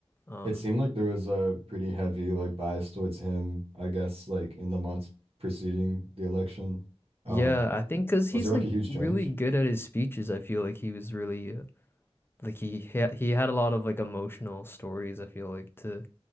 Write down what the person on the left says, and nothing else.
Um,
yeah,
I think because
he's
like
really
good at his speeches. I feel like he was really uh, like he ha he had a lot of like emotional stories. I feel like to